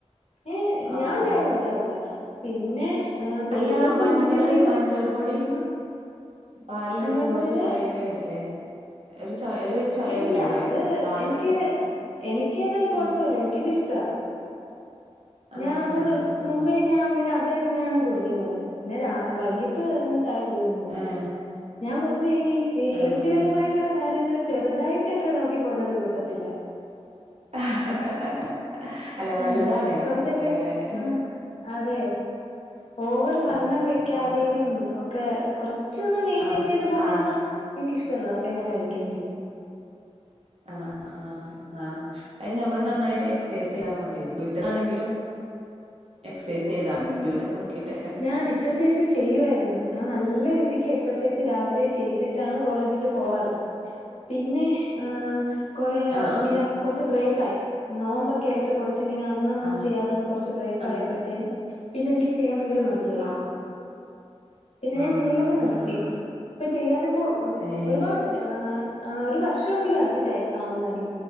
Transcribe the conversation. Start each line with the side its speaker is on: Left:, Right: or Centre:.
Left: ഏ
Right: ആഹ്
Left: ഞാൻ ചായ
Right: ആഹ്
Left: കുടിക്കാറില്ല പിന്നെ പേരൻറ്സ്
Right: അല്ല മഞ്ഞള്
Left: കുടിക്കുമെങ്കിലും
Right: മഞ്ഞൾ പൊടി
Left: ആ
Right: പാലിലിടുമ്പോ
Left: മഞ്ഞൾപ്പൊടിയുടെ
Right: ഒരു ചായ അങ്ങനെ വരില്ലേ ഒരു ചൊയ ഒരു ചൊയ
Left: ഇല്ല
Right: വരൂലേ
Left: അത്
Right: പാലിലൊക്കെ
Left: എനിക്ക് എനിക്കത് കൊഴപ്പമില്ല
Right: ആഹ്
Left: എനിക്കത് ഇഷ്ടാ
Right: ആഹ്
Left: ഞാൻ അത്
Right: ആഹ് ആഹ്
Left: മുമ്പേ ഞാൻ ഇങ്ങനെ അതന്നെയാണ് കുടിക്കുന്നത് പിന്നെ വൈകിട്ട്ങ്ങനെ ചായ കുടിയൊന്നുമില്ല
Right: ഏഹ്
Left: ഞാൻ പൊതുവേ ഈ ഹെൽത്തിപരമായിട്ടുള്ള
Right: ആഹ് ആഹ്
Left: കാര്യങ്ങൾ ചെറുതായിട്ടൊക്കെ നോക്കി പോവുന്ന ഒരു കൂട്ടത്തിലാ
Right: <inaudible> അല്ല
Left: ഉം
Right: നല്ലതാണ്
Left: കൊറച്ചൊക്കെ
Right: അങ്ങനെ ആഹ്
Left: ആ അതെ ഓവറ് വണ്ണം
Right: ആഹ്
Left: വെക്കാതെയും
Right: ആഹ്
Left: ഒക്കെ കുറ കുറച്ചൊന്നു മെയ്ൻ്റെയിൻ
Right: ആഹ്
Left: ചെയ്തു പോകും
Right: ആഹ്
Left: എന്ന എനിഷ്ട ടമുള്ളതൊക്കെ ഞാൻ ഞാൻ കഴിക്കേം ചെയ്യും
Right: ആ ആ ആ ആ അ നമ്മള് നന്നായിട്ട് എക്സസൈസ് ചെയ്യാ മതി വീട്ടിലാണെങ്കിലും എക്സസൈസ് ചെയ്താൽ മതി
Left: ഉം
Right: യൂട്യൂബിലൊക്കെ നോക്കിട്ടൊക്കെ
Left: ഞാൻ എക്സസൈസ് ചെയ്യുവായിരുന്നു ഞാൻ നല്ല രീതിക്ക് എക്സ രാവിലെ ചെയ്തിട്ടാണ് കോളേജില് പോവാറ് പിന്നെ കുറെ
Right: ആഹ്
Left: ഇങ്ങനെ
Right: ആഹ്
Left: കുറച്ച് ബ്രേക്ക് ആയി നോമ്പൊക്കെ ആയിട്ട് കുറച്ച് ഇങ്ങനെ അന്നൊന്നും
Right: ആഹ്
Left: ചെയ്യാതെന്ന് കുറച്ച് ബ്രേക്ക്
Right: ആഹ്
Left: ആയപ്പോഴത്തേനും പിന്നെ എനിക്ക് ചെയ്യാൻ പയങ്കര മടിയായി
Right: ആഹ്
Left: പിന്നെ
Right: ആഹ്
Left: ഞാൻ ചെയ്യലങ്ങ് നിർത്തി
Right: ആഹ്
Left: ഇപ്പൊ ചെയ്യാതെപ്പോ
Right: ഏഹ്
Left: ഒരുപാട് ഒരു വർഷങ്കിലും അടു അടുപ്പിച്ചു ആയി ആവു